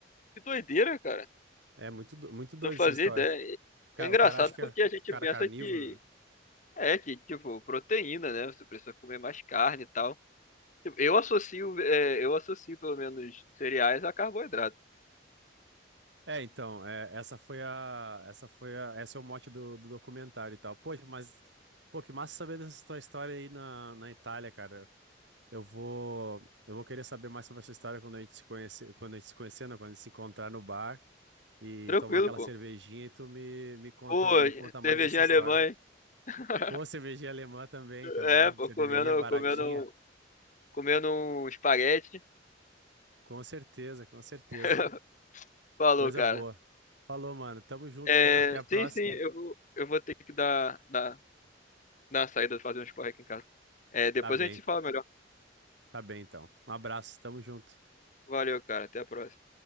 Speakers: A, on the left; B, on the right.
A: que doideira, cara.
B: É muito, do- muito doido
A: Não fazia
B: essa história.
A: ideia.
B: Ca-
A: É engraçado
B: O cara acha que é
A: porque
B: o
A: a gente
B: cara
A: pensa
B: é carnívoro,
A: que.
B: né?
A: É, que, tipo, proteína, né? Você precisa comer mais carne e tal. Tipo, Eu associo, é, eu associo pelo menos cereais a carboidrato.
B: É, então, é, essa foi a, essa foi a, esse é o mote do, do documentário e tal. Poxa, mas, pô, que massa saber dessa tua história aí na, na Itália, cara. Eu vou, eu vou querer saber mais sobre essa história quando a gente se conhecer, quando a gente se conhecer, não, quando a gente se encontrar no bar e
A: Tranquilo,
B: tomar aquela
A: pô.
B: cervejinha e tu me, me conta,
A: Pô,
B: me conta mais
A: cervejinha
B: dessa história.
A: alemã. hein? <laughs>
B: Pô, cervejinha alemã também, também,
A: É, pô,
B: cervejinha
A: comendo,
B: baratinha.
A: comendo, comendo um espaguete.
B: Com certeza, com certeza.
A: <laughs> Falou,
B: Coisa
A: cara.
B: boa. Falou, mano, tamo junto.
A: É,
B: Até a próxima.
A: sim, sim, eu vou, eu vou ter que dar, dar, dar uma saída, fazer um esporte aqui em casa. É, depois
B: Tá bem.
A: a gente se fala melhor.
B: Tá bem, então. Um abraço, tamo junto.
A: Valeu, cara. Até a próxima.